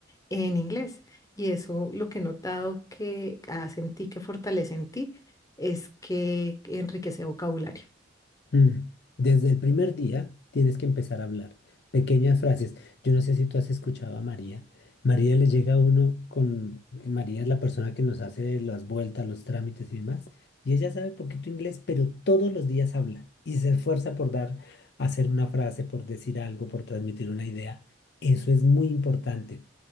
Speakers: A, on the left (about 15°); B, on the left (about 55°).
A: en inglés. Y eso lo que he notado que hace en ti, que fortalece en ti, es que enriquece vocabulario.
B: Mm. Desde el primer día tienes que empezar a hablar. Pequeñas frases. Yo no sé si tú has escuchado a María. María le llega a uno con... María es la persona que nos hace las vueltas, los trámites y demás. Y ella sabe poquito inglés, pero todos los días habla y se esfuerza por dar, hacer una frase, por decir algo, por transmitir una idea. Eso es muy importante.